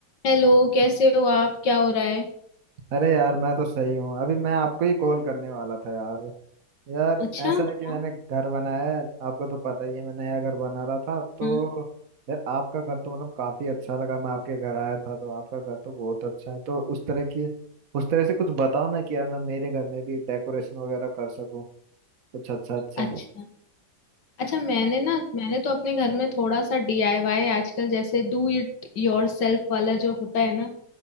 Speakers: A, on the left; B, on the right.
A: Hello कैसे हो आप क्या हो रहा है
B: अरे यार मैं तो सही हूँ अभी मैं आपको ही कॉल करने वाला था यार यार
A: अच्छा
B: ऐसा है कि
A: हाँ
B: मैंने घर बनाया है आपको तो पता ही है मैं नया घर बना रहा था तो
A: हाँ,
B: यार आपका घर तो मतलब काफी अच्छा लगा मैं आपके घर आया था तो आपका घर तो बहुत अच्छा है तो उस तरह की उस तरह से कुछ बताओ ना कि यार मैं मेरे घर में भी डेकोरेशन वगैरह कर सकूँ कुछ अच्छा अच्छा
A: अच्छा अच्छा मैंने ना मैंने तो अपने घर में थोड़ा सा डीआईवाई आजकल जैसे डू इट योर सेल्फ वाला जो होता है ना